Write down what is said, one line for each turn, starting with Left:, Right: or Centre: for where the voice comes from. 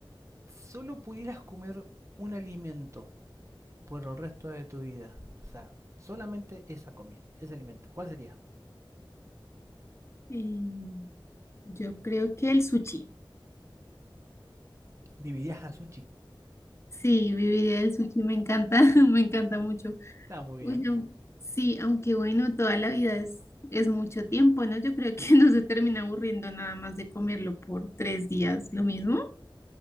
Right: solo pudieras comer un alimento por el resto de tu vida, o sea, solamente esa comida, ese alimento, ¿cuál sería?
Left: Eh, yo creo que el sushi.
Right: Vivirías a sushi.
Left: Sí, viviría el sushi, me encanta, <laughs> me encanta mucho.
Right: Está muy
Left: Uy,
Right: bien.
Left: no, Sí, aunque bueno, toda la vida es, es mucho tiempo, ¿no? Yo creo que <laughs> no se termina aburriendo nada más de comerlo por tres días, lo mismo.